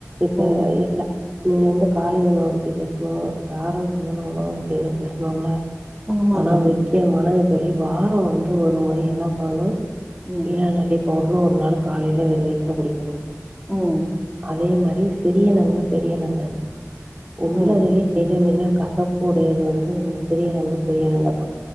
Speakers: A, on the right; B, in the centre.
A: இப்ப
B: ம்
A: இல்ல நீ வந்து காலை உணவ பத்தி பேசுணோ இந்த ஆரோக்கியமான உணவ பத்தி எல்லா பேசுணோல்ல
B: ஆமா
A: ஆனா
B: தோழி.
A: முக்கியமானது தோழி வாரோ வந்து ஒரு முறை என்ன பண்ணணு
B: ம்.
A: கீழாநெல்லி பவுடரு ஒரு நாள் காலையில வெறு வயித்துல குடிக்கனு
B: ம்
A: அதே மாரி சிறிய நங்க பெரிய நங்கனு உள்ளதுலே
B: ம்.
A: மிக மிக கசப்பு உடையது வந்து இந்த சிறிய நங்க பெரிய நங்க தா